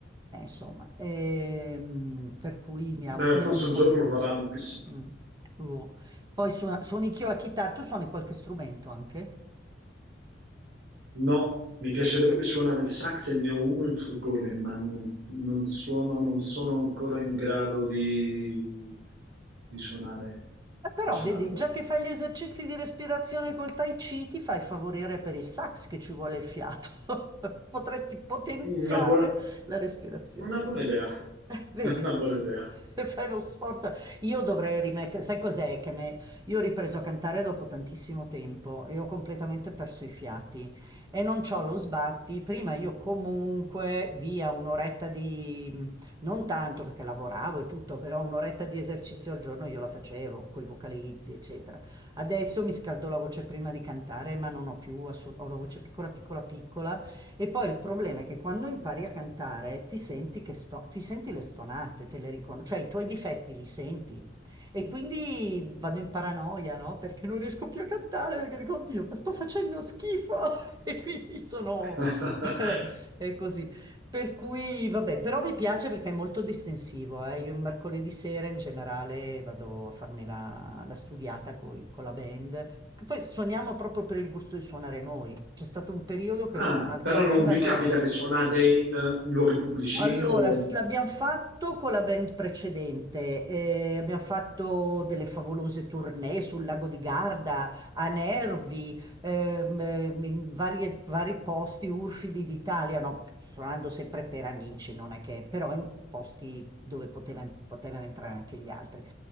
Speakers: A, on the right; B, on the right.
A: Eh, insomma, ehm, per cui mi ha,
B: Beh,
A: mi
B: forse
A: ha un
B: un
A: po'
B: giorno
A: deluso.
B: lo faranno, chissà.
A: Mm. Oh. Poi suona- suoni anch'io la chitarra, tu suoni qualche strumento anche?
B: No, mi piacerebbe suonare il sax e ne ho uno in furgone, ma non, non suono, non sono ancora in grado di, di di suonare,
A: Eh, Però
B: di suonarlo.
A: vedi, già che fai gli esercizi di respirazione col Tai Chi, ti fai favorire per il sax che ci vuole il fiato. <laughs> Potresti potenziare
B: Una buona,
A: la respirazione.
B: una buona idea,
A: Eh, vedi?
B: <laughs> una buona
A: <laughs>
B: idea.
A: Fai lo sforzo. Io dovrei rimettere, sai cos'è che me... Io ho ripreso a cantare dopo tantissimo tempo e ho completamente perso i fiati e non c'ho lo sbatti. Prima io comunque via un'oretta di non tanto perché lavoravo e tutto, però un'oretta di esercizio al giorno io la facevo con i vocalizzi, eccetera. Adesso mi scaldo la voce prima di cantare, ma non ho più, assu- ho la voce piccola, piccola, piccola. E poi il problema è che quando impari a cantare ti senti, che sto- ti senti le stonate, te le riconosci, cioè i tuoi difetti li senti. E quindi vado in paranoia, no? Perché non riesco più a cantare, perché dico, oddio, ma sto facendo schifo. <laughs> E quindi sono...
B: <laughs>
A: <laughs> è così. Per cui, vabbè, però mi piace perché è molto distensivo, eh. Io il mercoledì sera in generale vado a farmi la, la studiata coi- con la band, che poi suoniamo proprio per il gusto di suonare noi. C'è stato un periodo che
B: Ah,
A: ero in un'altra
B: però
A: band,
B: non vi
A: andavamo
B: capita
A: in gi-
B: che suonate in, eh, in luoghi pubblici?
A: allora,
B: O...
A: s- l'abbiamo fatto con la band precedente, eh, abbiamo fatto delle favolose tournée sul lago di Garda, a Nervi, ehm, ehm, in varie- vari posti urfidi d'Italia, no? Suonando sempre per amici, non è che, però in posti dove potevan- potevano entrare anche gli altri.